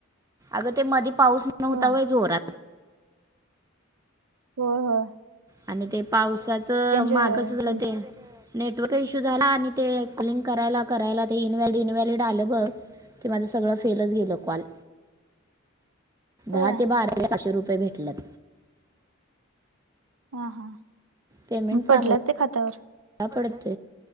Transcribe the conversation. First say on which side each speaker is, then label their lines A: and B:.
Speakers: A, on the right; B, on the right.
A: अग ते मदी पाऊस नव्हता
B: होय
A: व्हय जोरात?
B: हो हो.
A: आणि ते पावसाचं मा
B: हा
A: कसं झालय ते? नेटवर्क इश्यू झाला आणि ते, कॉलिंग करायला करायला ते इनव्हॅलड इनव्हॅलिड आलं बघ. ते माझं सगळं फेलच गेलं कॉल
B: होय
A: दहा ते बारा पाचशे रुपये भेटलत
B: हा हा.
A: पेमेंट चांगला
B: पडलं ते खात्यावर
A: पडत